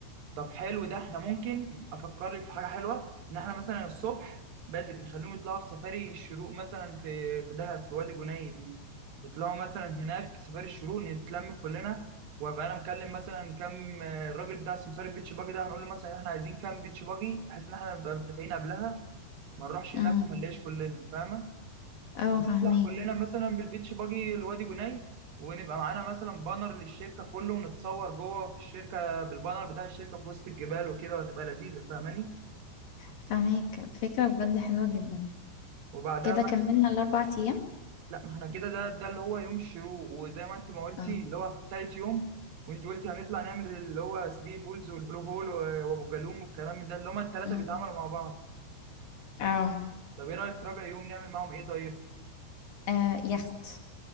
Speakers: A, on the right; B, on the left.
A: طب حلو ده احنا ممكن افكر لك في حاجه حلوه ان احنا مثلا الصبح بدري نخليهم يطلعوا في سفاري الشروق مثلا في في دهب في وادي بني دي يطلعوا مثلا هناك سفاري الشروق نتلم كلنا وابقى انا مكلم مثلا كام آه، الراجل بتاع سمسار البيتش باجي ده هنقول له مثلا احنا عايزين كام بيتش باجي بحيث ان احنا نبقى متفقين قبلها ما نروحش هناك
B: امم
A: وما نلاقيش كلنا فاهمه
B: اه فهميك
A: نطلع كلنا مثلا بالبيتش باجي لوادي جناي ونبقى معانا مثلا بانر للشركه كله ونتصور جوه في الشركه بالبانر بتاع الشركه في وسط الجبال وكده وهتبقى لذيذه فاهماني
B: فهميك فكرة بجد حلوة جدا
A: وبعدها
B: كده
A: بقى
B: كملنا الأربع أيام
A: لا ما احنا كده ده ده اللي هو يوم الشروق وزي ما انت ما قلتي
B: اه
A: اللي هو في تالت يوم وانت قلتي هنطلع نعمل اللي هو 3 بولز والبلو هول و- وابو جالوم والكلام من ده اللي هما الثلاثه
B: امم
A: بيتعاملوا مع بعض
B: اه
A: طب ايه رايك في رابع يوم نعمل معاهم ايه طيب
B: آه، يخت